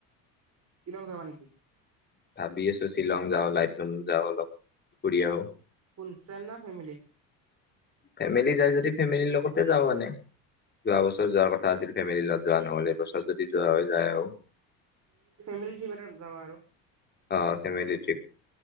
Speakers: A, on the right; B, on the left.
A: কিলং যাবা নেকি?
B: ভাবি আছো শ্বিলং যাওঁ লাইট লুন যাওঁ অলপ ফুৰি আহো।
A: কোন ফ্ৰেণ্ড না ফেমিলি।
B: ফেমিলি যাই যদি ফেমিলিৰ লগতে যাওঁ মানে যোৱা বছৰ যোৱাৰ কথা আছিল ফেমিলি লগত যোৱা নহ'লে বছৰ যদি যোৱা হৈ যায় আৰু
A: মিল য ব যাব আৰু
B: অ ফেমিলি ট্ৰিপ।